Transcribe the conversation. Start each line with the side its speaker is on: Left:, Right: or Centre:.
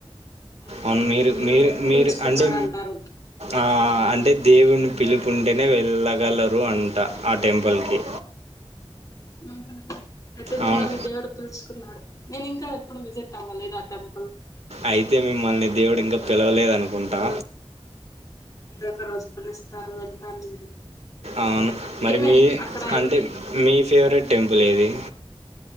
Left: అయితే
Right: అవును
Left: మిమ్మల్ని
Right: మీరు
Left: దేవుడు
Right: మీరు మీరు
Left: పిలుచుకున్నాడు
Right: అంటే
Left: అంటారు
Right: ఆ అంటే దేవుని పిలుపుంటేనే వెళ్ళగలరు అంట ఆ టెంపుల్కి
Left: హు హ్మ్ అయితే మిమ్మల్ని
Right: అవును
Left: దేవుడు పిల్చుకున్నాడు నేను ఇంకా ఇప్పుడు విసిట్ అవ్వలేదా టెంపుల్
Right: అయితే మిమ్మల్ని దేవుడు ఇంకా పిలవలేద్ అనుకుంటా
Left: <unintelligible> ఒక్క రోజు పిలుస్తారు వెళ్తా నేను
Right: అవును మరి
Left: ఏమేం
Right: మీ
Left: అక్కడ
Right: అంటే మీ ఫేవరెట్ టెంపుల్ ఏది